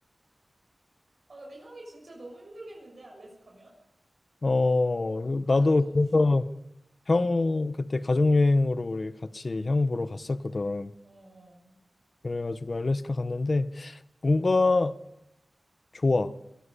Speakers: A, on the right; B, on the left.
A: 아, 근데 형이 진짜 너무 힘들겠는데, 알래스카면?
B: 어, 그
A: 가족도
B: 나도
A: 없이.
B: 그래서 형 그때 가족 여행으로 우리 같이 형 보러 갔었거든.
A: 어, 어.
B: 그래가지고 알래스카 갔는데 뭔가 좋아.